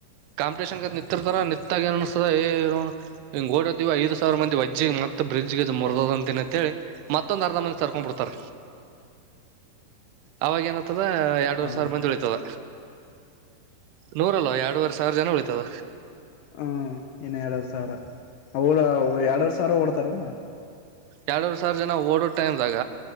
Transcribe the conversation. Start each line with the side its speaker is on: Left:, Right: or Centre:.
Right: ಕಾಂಪಿಟಷನ್ಗೆ ನಿರ್ತಾರ ನಿಂತ್ತಾಗ ಏನ್ ಅನಸತ್ ದ ಏ <unintelligible> ಓಡತ್ತೀವ ಐದು ಸಾವಿರ ಮಂದಿ ವಜ್ಜಿಗೆ ಮತ್ತತ್ ಬ್ರಿಜ್ ಗೆ ಮುರದದಂತಿನಿಂತ ಹೇಳಿ ಮತ್ತೊಂದ್ ಅರ್ಧ ಮಂದಿ ಸರ್ಕೊಂಡ್ ಬಿಡ್ತಾರ ಅವಾಗೇಏನ ಆತ್ತದ ಎರಡುವರೆ
Left: ಹ್ಮ್
Right: ಸಾವಿರ ಮಂದಿ ಉಳಿತದ ನೂರಲ್ವಾ ಎರಡುವರೆ ಸಾವಿರ ಜನ ಉಳಿತದ
Left: ಹ್ಮ ಇನ್ನ ಎರಡುವರಿ ಸಾವಿರಾ ಅವ ಎರಡ್ರವರಿ ಸಾವಿರ ಓಡ್ತಾರೆನ್
Right: ಎರಡರ್ ಸಾವಿರ ಜನ ಓಡೋ ಟೈಮದಾಗ